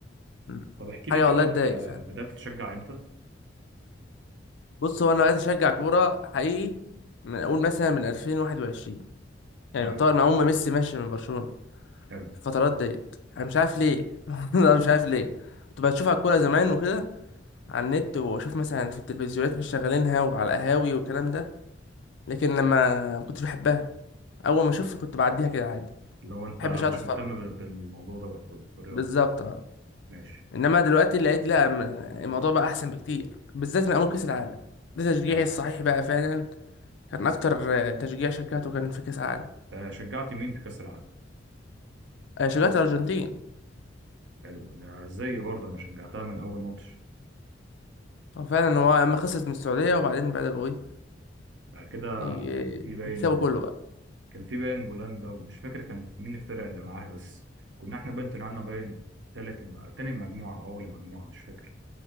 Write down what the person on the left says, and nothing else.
م.
حاجة
والله
تضايق فعلا
بص هو انا بقيت اشجع كورة حقيقي من اقول مثلا من 2021 يعني
يعتبر مع أم ميسي ماشي من برشلونة
الفترات ديت انا مش عارف ليه <laughs> انا مش عارف ليه كنت بشوف على الكورة زمان وكده على النت واشوف مثلا في التلفزيونات مش شغالينها وعلى القهاوي والكلام ده لكن لما ما كنتش بحبها اول ما اشوفها كنت بعديها كده عادي
ما
بحبش اقعد
اتفرج
بالظبط اه
انما دلوقتي لقيت لا م- الموضوع بقى احسن بكتير بالذات من اول كاس العالم ده تشجيعي
الصحيح بقى فعلا كان اكتر آه، تشجيع شجعته كان في كاس العالم
آه، شجعت الارجنتين
هو فعلا هو اما خسرت من السعوديه وبعدين بداوا ايه
ي-
يكسبوا كله بقى